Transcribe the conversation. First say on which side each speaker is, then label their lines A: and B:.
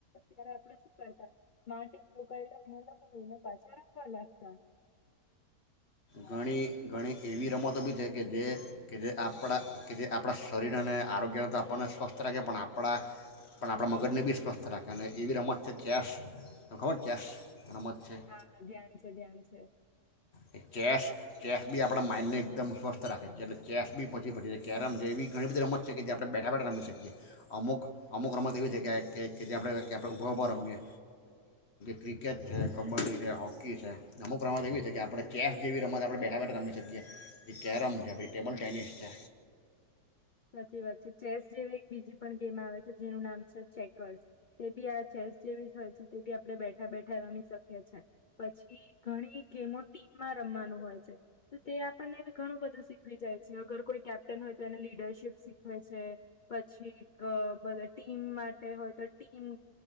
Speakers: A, on the left; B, on the left.
A: ત્યારે આપણે શું કરતા માટી ઉલા એને લગને પાછા રમવા લાગતા
B: ઘણી ઘણી એવી રમતો બી છે કે જે કે જે આપણા કે જે આપણાં શરીર અને આરોગ્યને તો આપણને સ્વસ્થ રાખે પણ આપણા પણ આપણા મગજને બી સ્વસ્થ રાખે અને એવી રમત છે ચેસ તો ખબર ચેસ રમત છે
A: હા ધ્યાન છે ધ્યાન છે
B: એ ચેસ ચેસ બી આપણા માઇન્ડને એકદમ સ્વસ્થ રાખે છીએ એટલે ચેસ બી પછી પછી કેરમ છે એવી ઘણી બધી રમત છે કે જે આપણે બેઠા બેઠા રમી શકીએ અમુક અમુક રમત એવી છે કે જે આપણે આપણે ઊભા ઉઊભા રમીએ ક્રિકેટ છે કબડ્ડી છે હોકી છે અમુક રમત એવી છે કે આપણે ચેસ જેવી રમત આપણે બેઠા બેઠા રમી શકીએ એ કેરમ છે પછી ટેબલ ટેનિસ છે
A: સાચી વાત છે ચેસ જેવી એક બીજી પણ ગેમ આવે છે જેનું નામ છે ચેકર્સ તે બી આ ચેસ જેવી હોય છે તે બી આપણે બેઠા બેઠા રમી શકીએ છે પછી ઘણી ગેમો ટીમમાં રમવાનું હોય છે તો તે આપણને બી ઘણું બધું શીખવી જાય છે અગર કોઈ કેપ્ટન હોય તો એને લીડરશપ શીખવે છે પછી ટીમ માટે હોય તો ટીમ